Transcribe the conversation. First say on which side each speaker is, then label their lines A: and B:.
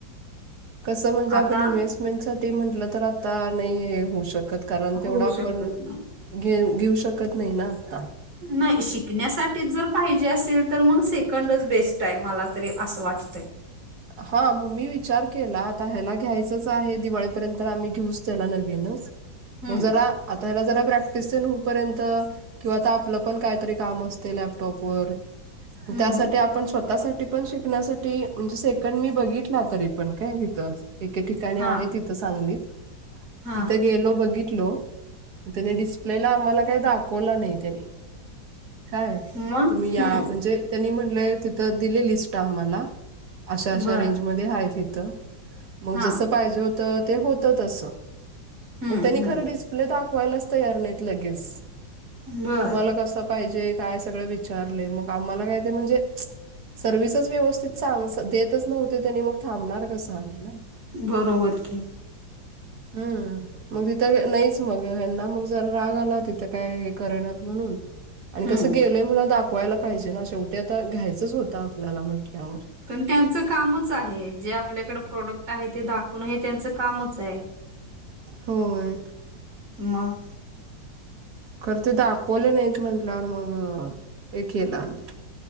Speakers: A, on the right; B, on the right.
A: कसं म्हणजे? आपण
B: आता
A: इन्व्हेस्टमेंट साठी म्हटलं तर, आता नाही होऊ शकत. कारण, तेवढा
B: होऊ
A: आपण
B: शकत नाही.
A: घे घेऊ शकत नाही ना आता.
B: नाही, शिकण्यासाठी तर.. पाहिजे असेल, तर मग सेकंडच बेस्ट आहे. मला तरी असं वाटतंय.
A: हा. मग मी विचार केला. आता ह्याला घ्यायचच आहे, दिवाळीपर्यंत आम्ही घेऊच त्याला नवीन-..
B: हम्म
A: मग जरा आता हला, जरा प्रॅक्टिस होऊ पर्यंत-.. किंवा ता आपलं पण कायतरी काम असते लॅप टॉप वर-.
B: हम्म
A: त्यासाठी आपण स्वतःसाठी पण शिकण्यासाठी म्हणजे? पण मी बघितला, तरी पण काय तिथं, एके ठिकाणी
B: हा
A: आहे तिथं सांगलीत-..
B: हा
A: तिथं गेलो, बघी-.. त्या डिस्प्लेला काही, दाखवला त्यानी. काय?
B: मग
A: तुम्ही या
B: हम्म
A: म्हणजे? त्यांनी म्हंलं तिथ दिले लिस्ट आम्हाला. अशा, अशा
B: बर
A: रेंज मध्ये आहेत. इथं मग
B: हा
A: जसं पाहिजे होत.. ते होतं तसं,
B: हम्म
A: मग तेव्हढी
B: हम्म
A: खर्च,.. आपले दाखवायलाच तयार नाही लगेच,
B: बर
A: तुम्हाला क-?.. पाहीजे काय सगळे विचारले. मग आम्हाला काय ते म्हंजे? सर्विस व्यवस्थित साप-.. देतच नव्हते. त्यांनी मग थांबणार कसं आम्ही ना.?
B: बरोबर की.
A: हम्म. मग तिथं नाहीच मग ना मग जर राग आला तिथं काय? हे करयणार म्हणून. आणि
B: हम्म
A: कसं गेलय म्हला दाखवायला पाहिजे, ना शेवटी आता घ्यायचंच होत, आपल्याला म्हटल्यावर,..
B: पण त्यांचं कामच आहे, जे आपल्याकडे, प्रोडक्ट आहे. ते दाखवून हे त्यांचं कामच आहे.
A: होय.
B: मग,..
A: खर तर, दाखवले नाहीत, म्हंटल्यावर हे केलं आम्ही.